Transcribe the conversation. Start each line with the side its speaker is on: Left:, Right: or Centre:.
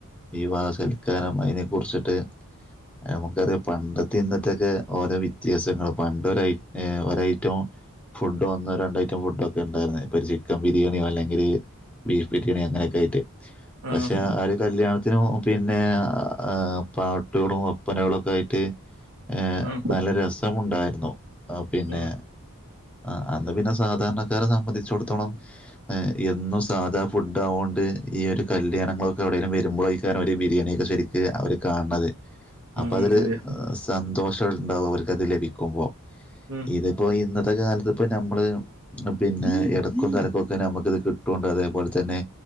Centre: വിവാഹ കാരണം അതിനെക്കുറിച്ചിട്ട് നമുക്കറിയാം പണ്ടത്തെ ഇന്നത്തെൊക്കെ ഓരോ വ്യത്യാസങ്ങള് പണ്ടൊരയ്‌ ഒരയിറ്റവും ഫുഡ് വന്ന രണ്ട് ഐറ്റം ഫുഡൊക്കെണ്ടായിരുന്നു ഇപ്പ ഒരു ചിക്കൻ ബിരിയാണിയോ അല്ലെങ്കിൽ ബീഫ് ബിരിയാണിയോ അങ്ങനൊക്കെ ആയിട്ട്.
Right: ഉം
Centre: പക്ഷെ ആ ഒരു കല്യാണത്തിനും പിന്നെ ആ ആ പാർട്ടികളും ഉപ്പനകളൊക്കെ ആയിട്ട് ഏ
Right: ഉം
Centre: നല്ല രസമുണ്ടായിരുന്നു ആഹ് പിന്നെ
Right: ഉം
Centre: ആഹ് അന്ന് പിന്നെ സാധാരണക്കാരെ സംബന്ധിച്ചോടത്തോളം, ഏഹ് എന്നും സാധാ ഫുഡ് ആവോണ്ട് ഈ ഒരു കല്യാണങ്ങളൊക എവിടെലും വരുമ്പലെയ്കാരം അവര് ബിരിയാണിയൊക്കെ ശരിക്ക് അവര് കാൺണത് അപ്പോ
Right: ഉം
Centre: അതൊര്
Right: ശരിയാ
Centre: ആഹ് സന്തോഷണ്ടാവും അവർക്കത് ലഭിക്കുമ്പോ
Right: ഉം
Centre: ഇതിപ്പോ ഇന്നത്തെ ഇപ്പത്തകാലത്ത് ഇപ്പ നമ്മള് പിന്നെ ഇടക്കും തലക്കുക്കെ നമുക്കിത് കിട്ടുംണ്ട് അതേപോലെ തന്നെ